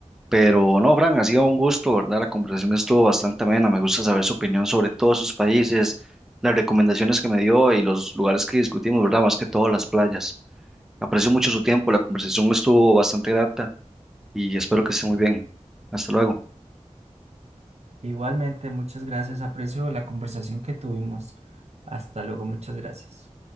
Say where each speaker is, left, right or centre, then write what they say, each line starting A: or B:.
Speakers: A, in the centre; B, on the right.
A: Pero no, Fran, ha sido un gusto, ¿verdad? La conversación estuvo bastante amena. Me gusta saber su opinión sobre todos sus países, las recomendaciones que me dio y los lugares que discutimos, ¿verdad? Más que todo las playas. Aprecio mucho su tiempo, la conversación estuvo bastante grata y espero que esté muy bien. Hasta luego.
B: Igualmente, muchas gracias. Aprecio la conversación que tuvimos. Hasta luego, muchas gracias.